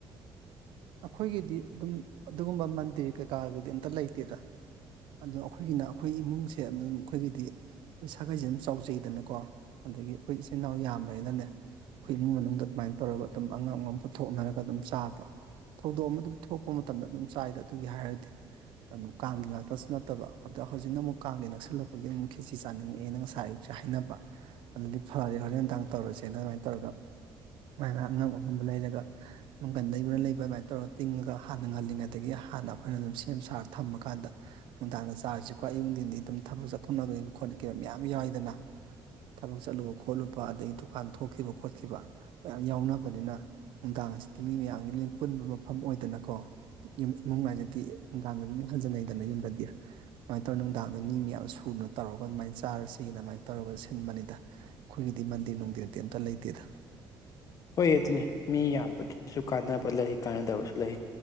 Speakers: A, on the right; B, on the left.
A: ꯑꯩꯈꯣꯏꯒꯤꯗꯤ ꯑꯗꯨꯝ ꯑꯗꯨꯒꯨꯝꯕ ꯃꯟꯗꯤꯔ ꯀꯩꯀꯗꯨꯗꯤ ꯑꯝꯇ ꯂꯩꯇꯦꯗ ꯑꯗꯨꯅ ꯑꯩꯈꯣꯏꯒꯤꯅ ꯑꯩꯈꯣꯏ ꯏꯃꯨꯡꯁꯦ ꯑꯗꯨꯝ ꯑꯩꯈꯣꯏꯒꯤꯗꯤ ꯑꯩꯈꯣꯏ ꯁꯥꯒꯩꯁꯦ ꯑꯗꯨꯝ ꯆꯥꯎꯖꯩꯗꯅꯀꯣ ꯑꯗꯥꯒꯤ ꯑꯩꯈꯣꯏ ꯏꯆꯤꯟ ꯏꯅꯥꯎ ꯌꯥꯝꯕꯅꯤꯅꯅꯦ ꯑꯩꯈꯣꯏ ꯏꯃꯨꯡ ꯃꯅꯨꯡꯗ ꯑꯗꯨꯃꯥꯏꯟ ꯇꯧꯔꯒ ꯑꯗꯨꯝ ꯑꯉꯝ ꯑꯉꯝ ꯄꯨꯊꯣꯛꯅꯔꯒ ꯑꯗꯨꯝ ꯆꯥꯕ ꯊꯧꯗꯣꯛ ꯑꯃꯥ ꯑꯗꯨꯝ ꯊꯣꯛꯄ ꯃꯇꯝꯗ ꯑꯗꯨꯝ ꯆꯥꯏꯗ ꯑꯗꯨꯒꯤ ꯍꯥꯏꯔꯗꯤ ꯑꯗꯨꯝ ꯀꯥꯡꯒꯤ ꯉꯥꯛꯇꯁꯨ ꯅꯠꯇꯕ ꯑꯗꯨ ꯍꯧꯖꯤꯛꯅ ꯑꯃꯨꯛ ꯀꯥꯡꯒꯤ ꯅꯛꯁꯜꯂꯛꯄꯒꯤ ꯑꯃꯨꯛ ꯈꯦꯠꯆꯤ ꯆꯥꯅꯤꯡꯉꯛꯑꯦꯅ ꯉꯁꯥꯏ ꯁ‌ꯦ ꯍꯥꯏꯅꯕ ꯑꯗꯨꯗꯤ ꯐꯥꯔꯦ ꯍꯣꯔꯦꯟ ꯅꯨꯡꯗꯥꯡ ꯇꯧꯔꯁꯦꯅ ꯑꯗꯨꯃꯥꯏꯟ ꯇꯧꯔꯒ ꯃꯥꯏ ꯃꯥꯏ ꯑꯉꯝ ꯑꯉꯝꯕ ꯂꯩꯔꯒ ꯃꯪꯒꯟ ꯂꯩꯕꯅ ꯂꯩꯕ ꯑꯗꯨꯃꯥꯏꯟ ꯇꯧꯔꯒ ꯇꯤꯡꯉꯒ ꯍꯥꯟꯅ ꯉꯜꯂꯤꯉꯩꯗꯒꯤ ꯍꯥꯟꯅ ꯑꯩꯈꯣꯏꯅ ꯑꯗꯨꯝ ꯁꯦꯝ ꯁꯥꯔ ꯊꯝꯃꯀꯥꯟꯗ ꯅꯨꯡꯗꯥꯡꯗ ꯆꯥꯔꯁꯤꯀꯣ ꯑꯌꯨꯡꯊꯤꯟꯗꯤ ꯑꯗꯨꯝ ꯊꯥꯕꯛ ꯆꯠꯊꯣꯛꯅꯕꯩ ꯈꯣꯠꯅꯈꯩ ꯃꯌꯥꯝ ꯌꯥꯏꯗꯅ ꯊꯥꯕꯛ ꯆꯠꯂꯨꯕ ꯈꯣꯠꯂꯨꯕ ꯑꯗꯒꯤ ꯗꯨꯀꯥꯟ ꯊꯣꯛꯈꯤꯕ ꯈꯣꯠꯈꯤꯕ ꯃꯌꯥꯝ ꯌꯥꯎꯅꯕꯅꯤꯅ ꯅꯨꯡꯗꯥꯡ ꯍꯥꯏꯁꯤꯗꯤ ꯃꯤ ꯃꯌꯥꯝꯒꯤ ꯄꯨꯟꯕ ꯃꯐꯝ ꯑꯣꯏꯗꯅꯀꯣ ꯏꯃꯨꯡ ꯍꯥꯏꯖꯤꯗꯤ ꯅꯨꯡꯗꯥꯡꯗ ꯂꫭꯏ ꯍꯟꯖꯤꯟꯅꯩꯗꯅ ꯌꯨꯝꯗꯗꯤ ꯑꯗꯨꯃꯥꯏꯟ ꯇꯧꯔ ꯅꯨꯡꯗꯥꯡꯗ ꯃꯤ ꯃꯌꯥꯝ ꯁꯨꯅ ꯇꯧꯔꯒ ꯑꯗꯨꯃꯥꯏꯟ ꯆꯥꯔꯁꯤ ꯑꯗꯨꯃꯥꯏꯟ ꯇꯧꯔꯒ ꯁꯤꯟꯕꯅꯤꯗ ꯑꯩꯈꯣꯏꯒꯤꯗꯤ ꯃꯟꯗꯤꯔ ꯅꯨꯡꯗꯤꯔ ꯑꯝꯇ ꯂꯩꯇꯦꯗ
B: ꯍꯣꯏ ꯑꯗꯨꯅꯤ ꯃꯤ ꯌꯥꯝꯕꯒꯤꯁꯨ ꯀꯥꯟꯅꯕ ꯂꯩ ꯀꯥꯟꯅꯗꯕꯁꯨ ꯂꯩ